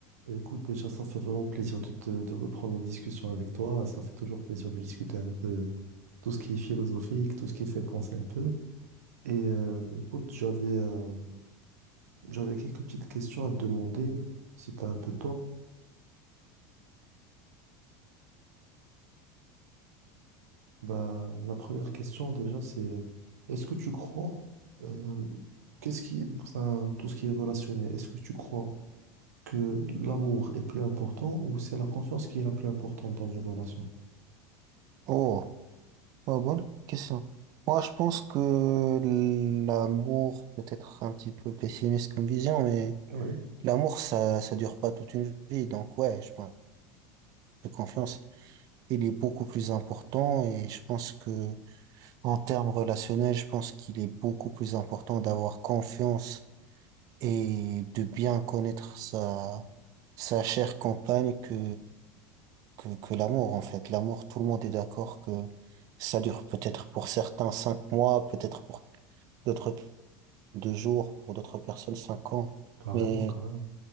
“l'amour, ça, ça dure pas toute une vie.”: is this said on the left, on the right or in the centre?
Right